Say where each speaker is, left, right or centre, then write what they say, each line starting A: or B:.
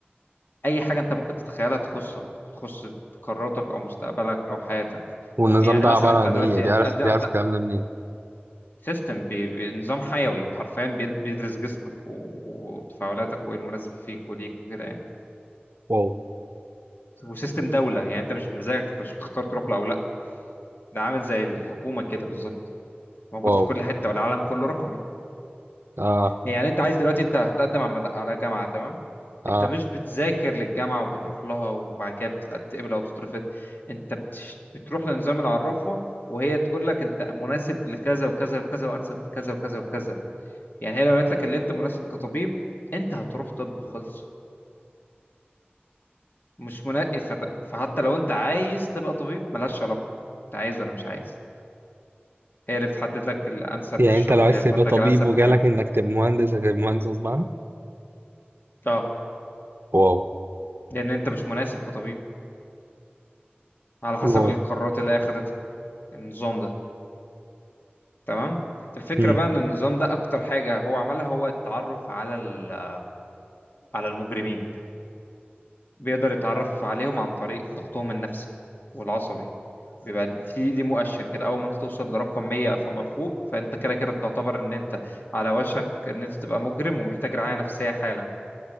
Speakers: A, on the left (about 55°); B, on the right (about 65°).
A: اي حاجه انت ممكن تتخيلها تخصك تخص قراراتك او مستقبلك او حياتك
B: والنظام
A: و- يعني
B: ده
A: مثلا
B: عبارة
A: انت
B: عن
A: دلوقتي
B: ايه بيعرف
A: هتقدم
B: بيعرف
A: هت...
B: الكلام ده منين
A: سيستم بنظام حيوي حرفيا بيد- بيدرس جسمك و- وتفاعلاتك وايه المناسب فيك وليك وكده يعني
B: واو
A: وسيستم دوله يعني انت مش بمزاجك انت مش بتختار تروح له او لا ده عامل زي الحكومه كده بالظبط موجود
B: واو
A: في كل حته والعالم كله رقمي
B: اه
A: يعني انت عايز دلوقتي انت هتقدم على مد- على جامعه تمام
B: اه
A: انت مش بتذاكر للجامعه وبتروح لها وبعد كده بتتقبل او تترفض انت بتش... بتروح لنظام العرافه وهي تقول لك انت مناسب لكذا وكذا وكذا وانسب في كذا وكذا وكذا يعني هي لو قالت لك اللي انت مناسب كطبيب انت هتروح طب خلص مش منقي فت... فحتى لو انت عايز تبقى طبيب ملهاش علاقه انت عايز ولا مش عايز هي اللي بتحدد لك الانسب
B: يعني
A: للشغل
B: انت لو عايز
A: هي اللي
B: تبقى
A: بتحدد لك
B: طبيب
A: الانسب
B: وجالك
A: لحياتك
B: انك تبقى مهندس هتبقى مهندس غصب عنك
A: اه
B: واو
A: لان انت مش مناسب كطبيب على حسب
B: واو
A: القرارات اللي هي اخدتها النظام ده تمام الفكرة
B: مم.
A: بقى ان النظام ده اكتر حاجة هو عملها هو التعرف على ال- على المجرمين بيقدر يتعرف عليهم عن طريق ضغطهم النفسي والعصبي بيبقى دي دي مؤشر كده اول ما انت توصل لرقم 100 فما فوق فانت كده كده تعتبر ان انت على وشك ان انت تبقى مجرم ومحتاج رعاية نفسية حالا